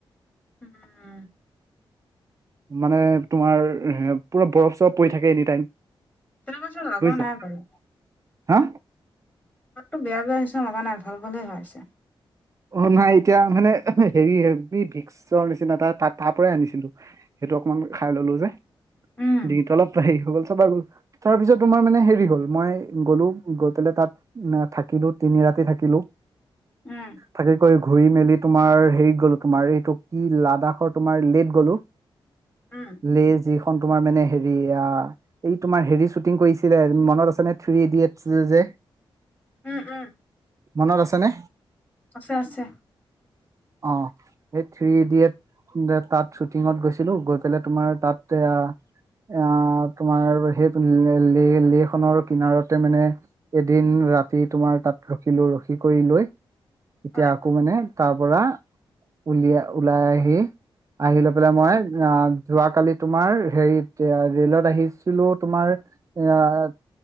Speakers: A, on the left; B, on the right.
A: উম
B: মানে তোমাৰ পুৰা বৰফ চৰফ পৰি থাকে এনি টাইম
A: তিনি বছৰ লগা
B: বুজিছা
A: নাই বাৰু
B: হা
A: তাততো বেয়া বেয়া হৈছে লগা নাই ভাল ভালে হৈ আছে
B: অ নাই এতিয়া মানে হেৰি হে ভিক্সৰ নিচিনা এটা তাত তাৰ পৰাই আনিছিলো সেইটো অকমান খাই ললো যে
A: উম
B: ডিঙিটো অলপ হেই হল গল তাৰ পিছত তোমাৰ মানে হেৰি হ'ল মই গ'লো গৈ পেলাই তাত না থাকিলো তিনি ৰাতি থাকিলো
A: উম
B: থাকি কৈ ঘূৰি মেলি তোমাৰ হেৰিত গলো তোমাৰ এইটো কি লাডাখৰ তোমাৰ লেট গ'লো
A: উম
B: লে যিখন তোমাৰ মানে হেৰি অ এই তোমাৰ হেৰি শ্বুটিং কৰিছিলে মনত আছে ন থ্ৰী ইডিয়েটছ যে
A: উম উম
B: মনত আছেনে
A: আছে আছে
B: অ সেই থ্ৰী ইডিয়েট যে তাত শ্বুটিঙত গৈছিলো গৈ পেলাই তোমাৰ তাত এয়া আহ তোমাৰ সেই লে লেহখনৰ কিনাৰতে মানে এদিন ৰাতি তোমাৰ তাত ৰখিলো ৰখি কৰি লৈ এতিয়া
A: হয়
B: আকৌ মানে তাৰ পৰা, উলিয়াই ওলাই আহি আহি লৈ পেলাই মই আ‍ঁহ যোৱাকালি তোমাৰ হেৰিত ৰেলত আহিছিলো তোমাৰ <unintelligible>